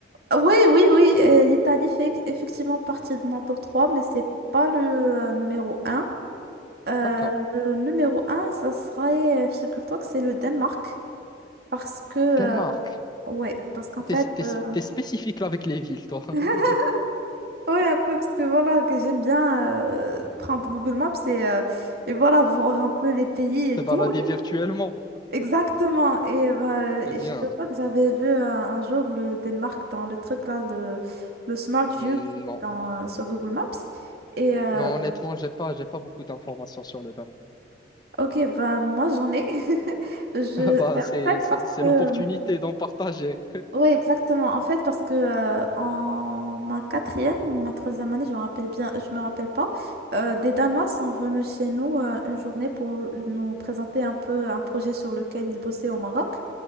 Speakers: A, on the right; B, on the left.
A: Oui, oui, oui, euh, l'Italie fait effectivement partie de mon top 3, mais c'est pas le euh, numéro un. Euh,
B: D'accord.
A: le numéro un, ça serait, euh, figure-toi que c'est le Danemark. Parce que, euh,
B: Danemark.
A: ouais, parce qu'en fait,
B: T'es, t'es,
A: euh,
B: t'es spécifique là avec les villes, toi. <laughs>
A: <laughs> ouais, un peu, parce que voilà, que j'aime bien euh, prendre Google Maps et, euh, et voilà, voir un peu les pays et
B: Te
A: tout.
B: balader virtuellement.
A: Exactement. Et bah,
B: C'est
A: et
B: bien.
A: je sais
B: hein.
A: pas que j'avais vu euh, un jour le Danemark dans le truc là, le, le Smart
B: Non.
A: View qui est dans, sur Google Maps. Et euh,
B: Non, honnêtement, j'ai pas, j'ai pas beaucoup d'informations sur le Danemark.
A: ok, bah, moi j'en ai. <laughs> Je,
B: <laughs> Ah bah,
A: en
B: c'est,
A: fait,
B: c'est,
A: parce
B: c'est
A: que
B: l'opportunité d'en partager.
A: Ouais, exactement. En fait, parce que euh, en ma quatrième ou ma troisième année, je me rappelle bien, je me rappelle pas, euh, des Danois sont venus chez nous euh, une journée pour nous présenter un peu un projet sur lequel ils bossaient au Maroc.